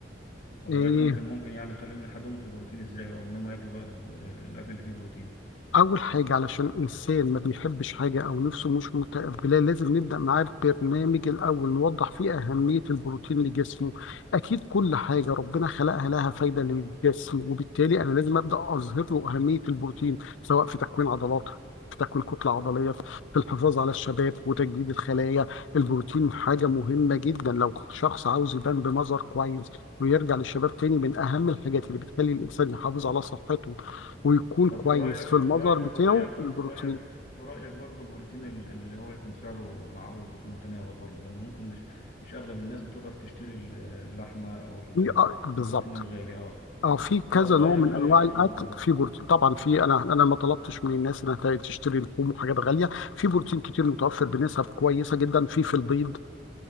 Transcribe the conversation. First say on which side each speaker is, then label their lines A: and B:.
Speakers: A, on the left; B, on the left.
A: ولا
B: إيه
A: رايك ممكن ممكن يعني نخليهم يحببهم في البروتين ازاي او ان هم ياكلوا بقى الب- الاكل اللي فيه بروتين
B: أول حاجة علشان إنسان ما بيحبش حاجة أو نفسه مش متقبلاه لازم نبدأ معاه ببرنامج الأول نوضح فيه أهمية البروتين لجسمه أكيد كل حاجة ربنا خلقها لها فايدة للجسم وبالتالي أنا لازم أبدأ أظهر له أهمية البروتين سواء في تكوين عضلات في تكوين كتلة عضلية في الحفاظ على الشباب وتجديد الخلايا البروتين حاجة مهمة جدا لو شخص عاوز يبان بمظهر كويس ويرجع للشباب تاني من أهم الحاجات اللي بتخلي الإنسان يحافظ على صحته ويكون
A: طب
B: كويس
A: في رايك
B: في المظهر
A: في رايك
B: بتاعه
A: في رايك
B: البروتين
A: في رايك في رايك برضو البروتين ال- اللي هو يكون سعره معقول وفي المتناول برضو لانه ممكن مش مش اغلب الناس بتقدر تشتري ال- اللحمه او ال-
B: في آه، بالظبط
A: البروتين الغالي اه رأي-
B: اه في كذا
A: رايك
B: نوع من
A: رايك
B: انواع
A: ايه
B: الاكل
A: في الموضوع ده
B: في بروتين طبعا في انا انا ما طلبتش من الناس انها ت- تشتري لحوم وحاجات غاليه في بروتين كتير متوفر بنسب كويسه جدا في في البيض